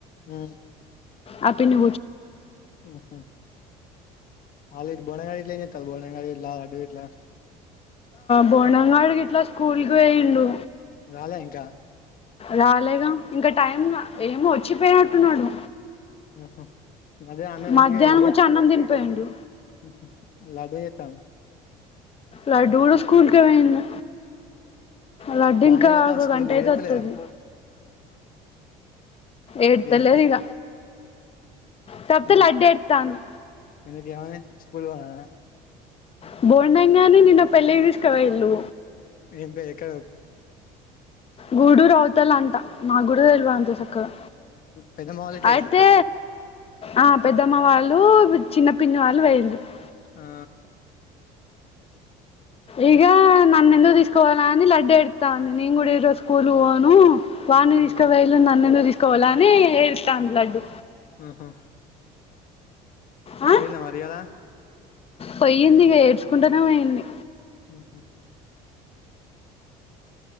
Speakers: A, on the left; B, on the left.
A: ఆ
B: ఆ పిన్ని
A: <unintelligible>
B: బోనంగాడు ఇట్లా స్కూల్కి వెేయిండు
A: రాలే ఇంక
B: రాలేగా ఇంక టైమ్ ఏమో వచ్చి పోయినట్టున్నాడు
A: ఉహు అదే అన్నం
B: మధ్యాహ్నం
A: ఇంటికి ఇంటికి
B: ఒచ్చి అన్నం తిని పోయిండు
A: <unintelligible>
B: లడ్డు కూడ స్కూల్కే పోయింది లడ్డు
A: బానే
B: ఇంకా
A: పోతాళ్ళు స్కూల్
B: గంట అయితే
A: ఏడ్తలేదా
B: వస్తది ఎడ్తలేదు
A: ఏడ్
B: ఇగ
A: <unintelligible>
B: కాకపోతే లడ్డు ఎడతాంది <unintelligible> నిన్న పెళ్ళికి తీసుక పోయిండు
A: ఎం ఎక్కడ
B: గూడురు అవుతల అంట నా గుడ <unintelligible> అంత సక్కగా
A: పెద్దమ్మ వాళ్ళ ఇంట్ల
B: అయితే
A: పోయిల్లా
B: ఆ పెద్దమ్మ వాళ్ళు చిన్న పిన్ని వాళ్ళు <unintelligible>
A: ఆ
B: ఇగ నన్ను ఎందుకు తీసుకవోలె అని లడ్డ ఏడుత్తంది నేను కూడా ఈ రోజు స్కూల్ పోను వాన్నీ
A: ఉమ్
B: తీసుకవోయిళ్ళు నన్నును తీసుకవోలె అని ఏడుత్తంది లడ్డు
A: ఆహా
B: ఆ
A: పెయింద మరియాల
B: పోయింది ఇగా ఏడ్చుకుంటానే పోయింది
A: ఉహు